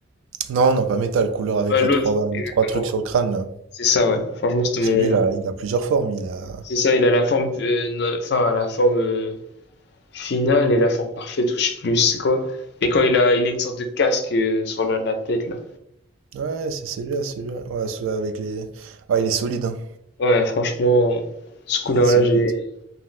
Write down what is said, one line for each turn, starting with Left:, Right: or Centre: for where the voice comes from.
Right: Non, non, pas métal, couleur avec
Left: Ouais,
Right: les
Left: l'autre,
Right: trois, les
Left: exactement.
Right: trois trucs sur le crâne là.
Left: C'est ça, ouais. Franchement, c'était
Right: Parce
Left: mon.
Right: que lui, il a, il a plusieurs formes. Il a...
Left: C'est ça, il a la forme. euh, no- Enfin, la forme. euh, Final est la forme parfaite, ou je sais plus c'est quoi. Mais quand il a, il a une sorte de casque euh, sur la, la tête là.
Right: Ouais, c'est celui-là, celui-là. Ouais, celui-là avec les. Ouais, il est solide, hein.
Left: Ouais, franchement, ce couleur
Right: Il est solide.
Left: là j'ai,